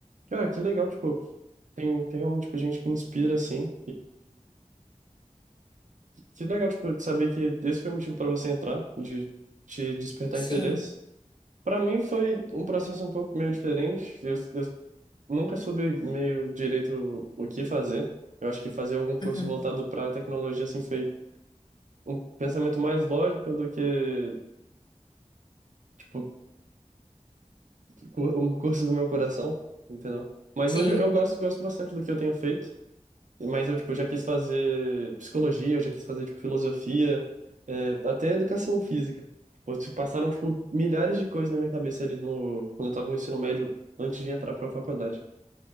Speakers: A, on the right; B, on the left.
A: Cara, que legal, tipo, tem, tem realmente, tipo, gente que inspira, assim, Que legal, tipo, saber que esse foi o motivo para você entrar, de te despertar
B: Sim.
A: interesse. Para mim foi um processo um pouco meio diferente. Eu, eu nunca soube meio direito o que fazer. Eu acho que fazer algum curso
B: Uhum.
A: voltado para tecnologia assim foi um pensamento mais lógico do que tipo cu- um curso do meu coração, entendeu? Mas
B: Sim,
A: hoje eu gosto gosto bastante do que eu tenho feito. Mas eu, tipo, já quis fazer psicologia, eu já quis fazer, tipo, filosofia, é, até educação física. Pô, se passaram, tipo, milhares de coisas na minha cabeça ali no, quando eu tava no ensino médio, antes de entrar pra faculdade.